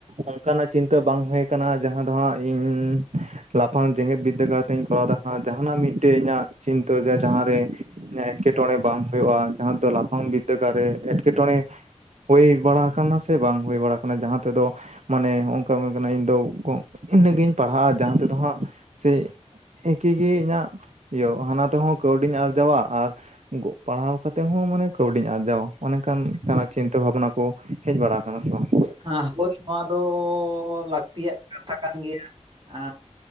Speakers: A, on the right; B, on the right.
A: ᱚᱝᱠᱟᱱᱟᱜ ᱪᱤᱱᱛᱟᱹ ᱵᱟᱝ ᱦᱳᱭ ᱠᱟᱱᱟ ᱡᱟᱦᱟᱸ ᱫᱚ ᱦᱟᱸᱜ ᱤᱧ ᱞᱟᱯᱷᱟᱝ ᱡᱮᱜᱮᱛ ᱵᱤᱫᱽᱫᱟᱹᱜᱟᱲ ᱛᱮᱧ ᱠᱚᱨᱟᱣ ᱫᱟ ᱦᱟ ᱡᱟᱦᱟᱱᱟᱜ ᱢᱤᱫᱴᱮᱜ ᱤᱧᱟᱹᱜ ᱪᱤᱱᱛᱟᱹ ᱡᱮ ᱡᱟᱦᱟᱸᱨᱮ ᱤᱧᱟ ᱮᱸᱴᱠᱮᱴᱚᱬᱮ ᱵᱟᱝ ᱦᱳᱭᱳᱜᱼᱟ ᱡᱟᱦᱟᱸ ᱫᱚ ᱞᱟᱯᱷᱟᱝ ᱵᱤᱫᱽᱫᱟᱹᱜᱟᱲ ᱨᱮ ᱮᱸᱴᱠᱮᱴᱚᱬᱮ ᱦᱳᱭ ᱵᱟᱲᱟ ᱠᱟᱱᱟ ᱥᱮ ᱵᱟᱝ ᱦᱳᱭ ᱵᱟᱲᱟ ᱠᱟᱱᱟ ᱡᱟᱦᱟᱸ ᱛᱮᱫᱚ ᱢᱟᱱᱮ ᱦᱚᱜ-ᱚᱝᱠᱟ ᱠᱟᱱᱟ ᱤᱧ ᱫᱚ ᱤᱱᱟᱹᱜ ᱜᱤᱧ ᱯᱟᱲᱦᱟᱜᱼᱟ ᱡᱟᱦᱟᱸ ᱛᱮᱫᱚ ᱦᱟᱸᱜ ᱥᱮ ᱮᱠᱤ ᱜᱮ ᱤᱧᱟᱹᱜ ᱤᱭᱟᱹ ᱦᱟᱱᱟ ᱛᱮᱦᱚᱸ ᱠᱟᱹᱣᱰᱤᱧ ᱟᱨᱡᱟᱣᱟ ᱟᱨ ᱜᱚ ᱯᱟᱲᱦᱟᱣ ᱠᱟᱛᱮᱜ ᱦᱚᱸ ᱢᱟᱱᱮ ᱠᱟᱹᱣᱰᱤᱧ ᱟᱨᱡᱟᱣᱟ ᱾ ᱚᱱᱮᱠᱟᱱ ᱠᱟᱱᱟᱜ ᱪᱤᱱᱛᱟᱹ ᱵᱷᱟᱵᱱᱟ ᱠᱚ ᱦᱮᱡ ᱵᱟᱲᱟ ᱟᱠᱟᱱᱟ ᱥᱮ ᱵᱟᱝᱟ?
B: ᱟ ᱦᱳᱭ ᱱᱚᱣᱟ ᱫᱚᱻ ᱞᱟᱹᱠᱛᱤᱭᱟᱜ ᱠᱟᱛᱷᱟ ᱠᱟᱱ ᱜᱮᱭᱟ ᱾ ᱟ